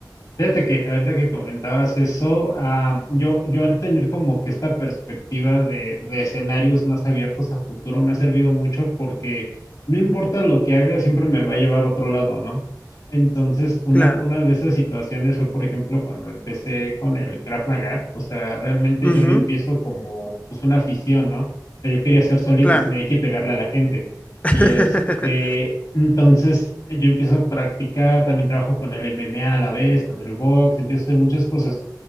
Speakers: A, on the left; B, on the left.
A: Fíjate que ahorita que comentabas eso, ah, yo, yo al tener como que esta perspectiva de, de escenarios más abiertos a futuro me ha servido mucho porque no importa lo que haga, siempre me va a llevar a otro lado, ¿no? Entonces, una,
B: Claro.
A: una de esas situaciones fue, por ejemplo, cuando empecé con el Krav Maga, o sea, realmente yo
B: Ujú,
A: lo empiezo como pues una afición, ¿no? O sea, yo quería ser Solid
B: claro.
A: Snake y pegarle a la gente.
B: <laughs>
A: Y este, entonces yo empiezo a practicar, también trabajo con el MMA a a la vez, con el box, empiezo a hacer muchas cosas.